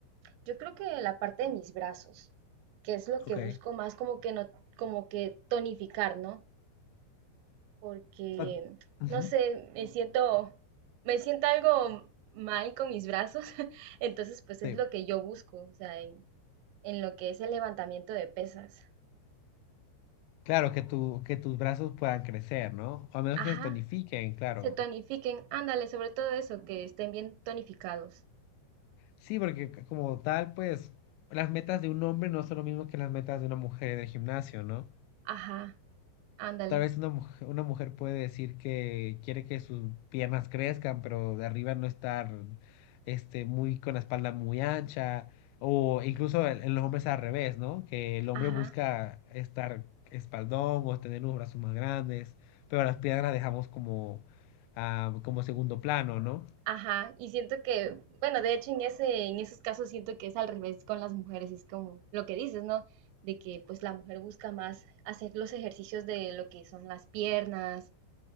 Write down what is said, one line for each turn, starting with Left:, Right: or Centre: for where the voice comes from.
Right: Yo creo que la parte de mis brazos, que es lo que
Left: Ok.
Right: busco más como que no, como que tonificar, ¿no? Porque,
Left: O sea, Ujú.
Right: no sé, me siento, me siento algo mal con mis brazos, <laughs> entonces, pues es
Left: sí.
Right: lo que yo busco, o sea, en- en lo que es el levantamiento de pesas.
Left: Claro, que, tu, que tus brazos puedan crecer, ¿no? O a menos
Right: Ajá,
Left: que se tonifiquen, claro.
Right: se tonifiquen, ándale, sobre todo eso, que estén bien tonificados.
Left: Sí, porque c- como tal, pues, las metas de un hombre no son lo mismo que las metas de una mujer en el gimnasio, ¿no?
Right: Ajá, ándale,
Left: Tal vez una mujer, una mujer puede decir que quiere que sus piernas crezcan, pero de arriba no estar este, muy con la espalda muy ancha, o incluso en, en los hombres al revés, ¿no? Que el hombre
Right: ajá,
Left: busca estar espaldón o tener los brazos más grandes, pero las piernas las dejamos como, ah, como segundo plano, ¿no?
Right: ajá. Y siento que, bueno, de hecho en ese, en esos casos siento que es al revés con las mujeres, es como lo que dices, ¿no? De que pues la mujer busca más hacer los ejercicios de lo que son las piernas.